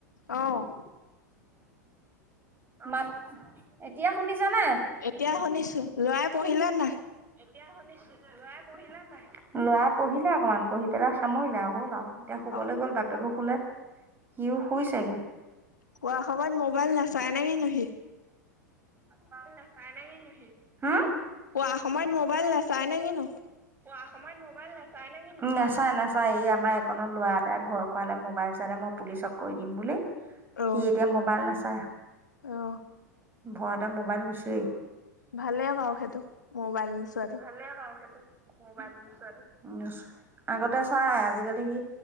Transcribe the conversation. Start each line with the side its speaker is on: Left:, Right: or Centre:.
Left: অ'।
Right: মাত, এতিয়া শুনিছেনে?
Left: এতিয়া শুনিছোঁ। ল'ৰাই পঢ়িলেনে নাই?
Right: এতিয়া শুনিছোঁ। ল'ৰাই পঢ়িলেনে নাই? ল'ৰাই পঢ়িলে অকমান, পঢ়ি পেলাই সামৰিলে আৰু, হ'ল আৰু এতিয়া শুবলৈ
Left: অ
Right: গ'ল, বাপেকো শুলে। সিও শুইছেগে।
Left: শুৱা সময়ত মোবাইল নাচাই নে কিনো সি?
Right: মোবাইল নেচাই নে কিনো সি? হাঁ?
Left: শুৱা সময়ত মোবাইল নাচাই নে কিনো?
Right: শুৱা সময়ত মোবাইল নাচাই নে কিনো? উম, নেচাই নেচাই। এই আমাৰ এইকনৰ ল'ৰা এটাই ভয় খোৱালে, মোবাইল চালে মই পুলিচক কৈ দিম বুলি।
Left: অ
Right: সি এতিয়া ম'বাইল নেচাই,
Left: অ
Right: ভয়তে ম'বাইল নুচোৱেই।
Left: ভালে বাৰু সেইটো, ম'বাইল নোচোৱাটো।
Right: ভালে বাৰু সেইটো, ম'বাইল নোচোৱাটো। নুচোৱে, আগতে চাই আজিকালি সি